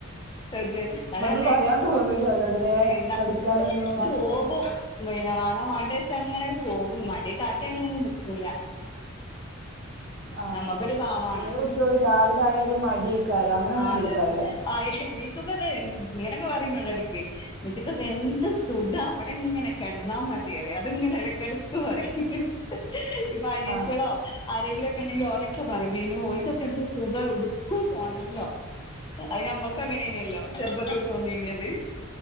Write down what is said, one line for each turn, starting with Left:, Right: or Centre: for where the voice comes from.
Left: ഓക്കെ <unintelligible>
Right: ഒന്നും പറയാൻ തോന്നൂല ഓലോടില്ലേ
Left: <unintelligible>
Right: പഠിക്കാനൊന്നും
Left: ഇത്
Right: ആ
Left: പോകും.
Right: ടൈമിൽ
Left: <unintelligible> വാണോ വാണ്ടേ വെച്ച് അങ്ങനെ പോകും മടി കാട്ടി അങ്ങനെ ഒന്നും നിക്കൂല.
Right: ആഹ്
Left: നമ്മക്കൊരു പാവാണ്
Right: ചെറിയ കുട്ടികള് രാവിലെ ആയാലും മടിയേക്കാരും അങ്ങനെയൊന്നും
Left: ആ
Right: ഇല്ലേക്കാരല്ലേ?
Left: അതെ അതെ ആ <unintelligible> ഇങ്ങനൊക്കെ പറയുന്നുണ്ട് എട ക്ക് ഉമ്മച്ചിക്ക് എന്ത് സുഖാ അവിടെ ഇങ്ങനെ കിടന്നാ മതിയറിയും അതിങ്ങനെ ഇടക്കെട ക്ക് പറയും ഇപ്പോ അനിയത്തിളോ
Right: ആ
Left: ആരെങ്കിലൊക്കെ ഉണ്ടെങ്കിൽ ഓരെ ഒക്ക പറിം ബിനോ ഓൽക്കൊക്കെ എന്ത് സുഖാ ഒടുക്കും പോണ്ടല്ലോ അത് ഞമ്മൾക്ക് അങ്ങനേന്യല്ലോ ചെറുപ്പത്തി തോന്നീന്യത്